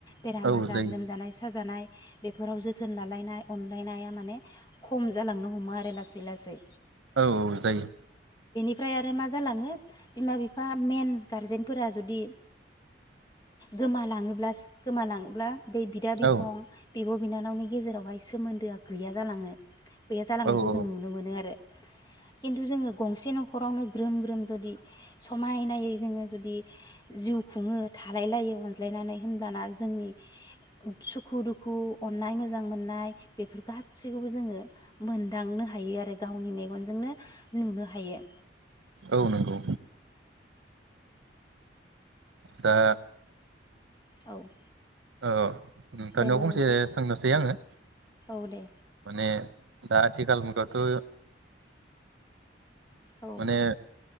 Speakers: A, on the left; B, on the right.
A: बेराम
B: औ
A: आजार
B: जायो
A: लोमजानाय साजानाय बेफोराव जोथोन लालायनाय अनलायनाया माने खम जालांनो हमो आरो लासै लासै
B: औ औ जायो
A: ओमफ्राय आरो मा जालाङो बिमा बिफा मेन गारजेनफोरा जुदि गोमालाङोब्ला गोमालाङोब्ला बे बिदा बिफं
B: औ
A: बिब बिनानावनि गेजेरावहाय सोमोन्दोआ गैया जालाङो गैया जालांनायखौ
B: औ औ
A: जों नुनो मोनो आरो खिन्थु जोङो गंसे न'खरावनो ग्रोम ग्रोम जुदि समायनायै जोङो जुदि जिउ खुङो थालायलायो अनज्लायनानै होनब्लाना ज जोंनि सुखु दुखु अनाय मोजां मोननाय बे गाैखौबो जोङ मोदांनो हायो आरो गावनि मेगन नुनो हायो
B: औ नंगौ दा
A: औ
B: औ नोंथां
A: दे
B: निआव
A: बुं
B: फंसे
A: नोंथां
B: सोंनोसै आङो
A: औ दे
B: माने दा आथिखाल मुगायावथ
A: औ
B: माने